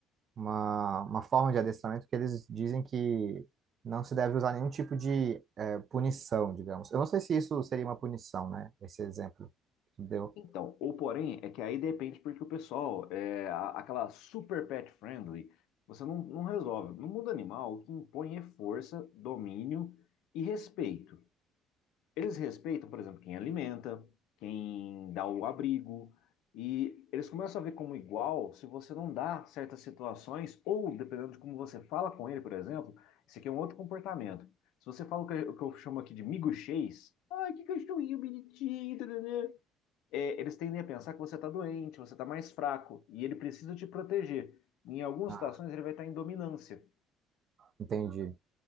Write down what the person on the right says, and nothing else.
uma, uma forma de adestramento que eles dizem que não se deve usar nenhum tipo de é, punição, digamos. Eu não sei se isso seria uma punição, né? Esse exemplo que tu deu.
Ah,
entendi.